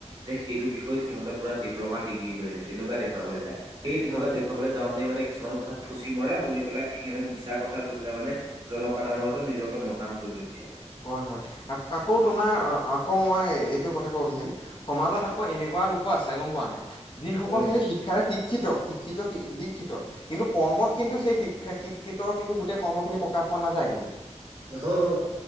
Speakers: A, on the right (about 45°); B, on the left (about 45°).
A: যে সেইটো বিষয়ত সিহঁতে পৰা ডিপ্ল'মা ডি্ৰী লৈিল তেনেকুৱা দেখুৱাব যায় সেই তেনেকুৱা
B: হয়
A: দেখুৱাবলৈ যাওঁ ন মানে কিছুমান কথাাত থুচি মৰে মৰি পেলাই সেইখিনিে মিছা কথা গৈ পেলাই মানে জনসাধাৰণৰওৰত নিজকে মহান কৰি বুলি কৈছে
B: হয় হয় আক আকৌ তোমাৰ আকৌ মই এইটো কথা কব বিচাৰিম সমাজত আকৌ এনেকুৱা ক লোকো আছে গম পোৱা নাই যিসকল
A: উম,
B: কিন্তু শিক্ষাৰে শিক্ষিত শিক্ষিত দিক্ষিত কিন্তু কৰ্মত কিন্তু সেই শিক্ষা শিক্ষিত কিন্তু গোটেই কৰ্ম খিনি প্ৰকাশ পোৱা নাযায় কিন্তু
A: হয় হয়